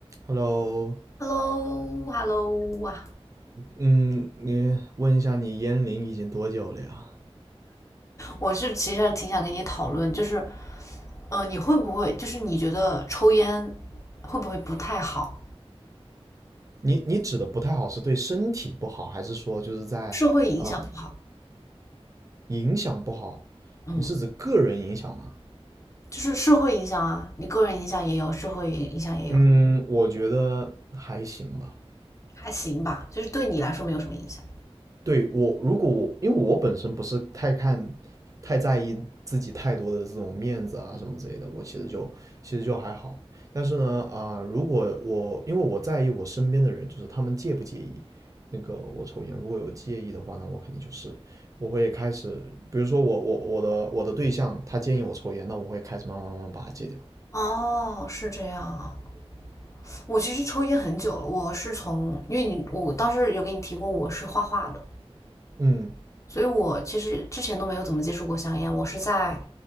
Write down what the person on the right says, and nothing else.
Hello，Hello，
嗯，你问一下，你烟龄已经多久了呀？
你你指的不太好是对身体不好，还是说就是在啊、
影响不好？
你是指个人影响吗？
嗯，我觉得还行吧。
对我，如果我因为我本身不是太看、太在意自己太多的这种面子啊什么之类的，我其实就其实就还好。但是呢，啊、呃如果我因为我在意我身边的人，就是他们介不介意那个我抽烟，如果有介意的话，那我肯定就是我会开始，比如说我我我的我的对象他建议我抽烟，那我会开始慢慢慢慢把它戒掉。
嗯，